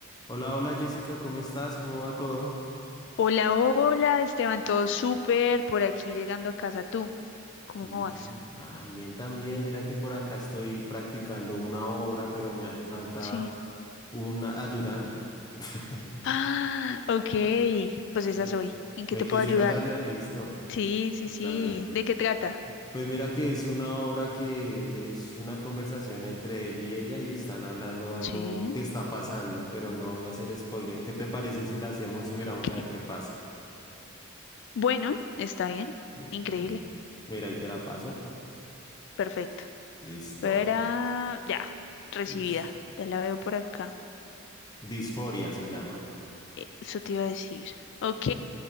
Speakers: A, on the left; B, on the left.
A: Hola, hola Jessica, ¿cómo estás? ¿Cómo va todo?
B: Hola, hola, Esteban, todo súper por aquí llegando a casa tú. ¿Cómo
A: Bien,
B: vas?
A: ah, bien también. Mira que por acá estoy practicando una obra, pero me hace falta
B: Sí.
A: un ayudante. <laughs>
B: Ah, ok, pues esa
A: ¿Me,
B: soy. ¿En qué
A: me
B: te
A: quisieras
B: puedo ayudar?
A: ayudar? Listo,
B: Sí, sí,
A: dale.
B: sí. ¿De qué trata?
A: Pues mira que es una obra que es una conversación entre él y ella y están hablando algo
B: Sí,
A: que está pasando, pero no voy a hacer spoiler. ¿Qué te parece si la hacemos y miramos
B: ok.
A: a ver qué pasa?
B: Bueno, está bien.
A: Listo.
B: Increíble.
A: Mira, ahí te la paso.
B: Perfecto.
A: Listo,
B: Verá, ya, recibida.
A: listo.
B: Ya la veo por acá.
A: Disforia se llama.
B: Eh, Eso te iba a decir. Ok,